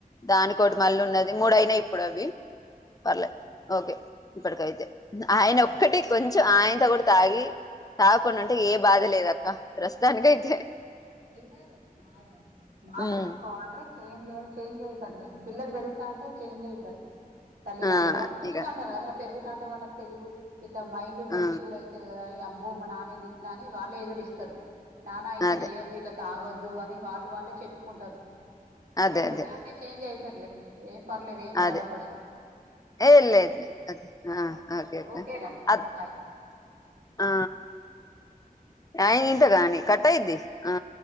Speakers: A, on the left (about 25°); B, on the right (about 75°).
A: దానికోటి మళ్ళ ఉన్నది మూడుయినాయి ఇప్పుడు అవి పర్లే ఓకే ఇప్పుడు కయితే ఆయన ఒక్కటి కొంచెం ఆయంత కొడు తాగి తాగకుండా అంటే ఏ బాధ లేద అక్క ప్రస్తుతానికయితే
B: ఏం కాదు మా మార్పిచ్చుకోవాలి
A: ఉమ్
B: చేంజ్ చేయాలి చేంజ్ అవుతారు లేదు పిల్లలు పెరుగుతా అంటే చేంజ్ అవుతారు తల్లిదండ్రులు
A: ఆ
B: వాళ్ళ చూస్తారు
A: ఇక
B: అంటారు కదరా పెరుగుతుంట వాళ్ళకు తెలువు ఇట్లా మైండ్ మెచ్యూర్
A: ఆ
B: అయి అమ్బో మా నాన్నంది ఇట్లా అని వాళ్ళే ఎదురిస్తారు నానా ఇట్లా
A: అదే
B: చెయొద్దు ఇట్లా తాగొద్దు అని వాళ్ళు వాళ్ళే చెప్పుకుంటారు
A: అదే
B: పెరుగుతా
A: అదే
B: అంటే చేంజ్ అవుతారులే ఏమ్ పర్లేదు ఏం బాధపడకు
A: అదే ఏ లేదు లేదు ఆ ఓకే
B: ఓకేరా
A: అక్క
B: బాయ్
A: ఆ ఆయన వింట దాని కట్టాయిది ఆ